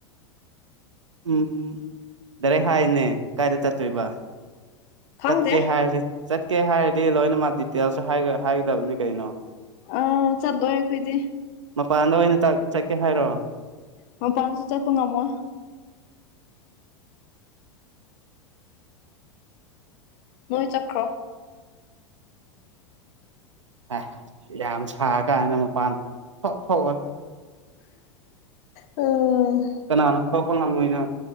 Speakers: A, on the right; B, on the left.
A: ꯎꯝ ꯗꯥꯔꯩ ꯍꯥꯏꯅꯦ ꯀꯥꯏꯗ ꯆꯠꯇꯣꯏꯕ
B: ꯈꯪꯗꯦ
A: ꯆꯠ ꯀꯦ ꯍꯥꯏꯔꯦ ꯆꯠꯀꯦ ꯍꯥꯏꯔꯗꯤ ꯂꯣꯏꯅ ꯃꯥ ꯗꯤꯇꯦꯜꯁꯁꯨ ꯍꯥꯏꯒꯗꯕꯅꯤ ꯀꯩꯅꯣ
B: ꯑ ꯆꯠꯂꯣꯏ ꯑꯩꯈꯣꯏꯗꯤ
A: ꯃꯄꯥꯟꯗ ꯑꯣꯏꯅ ꯆꯠꯀꯦ ꯍꯥꯏꯔꯣ
B: ꯃ ꯄꯁ ꯍꯖꯔ ꯇꯨꯡꯉ ꯃꯣ ꯅꯣꯏ ꯆꯈ꯭ꯔꯣ
A: ꯑ ꯌꯥꯝ ꯁꯥ ꯀꯥꯟꯅ ꯃꯄꯥꯟ ꯊꯣꯛ ꯊꯣꯛꯑ
B: ꯎꯝ
A: ꯀꯅꯥꯅꯣ ꯊꯣꯛꯄ ꯉꯝꯃꯣꯏꯅꯣ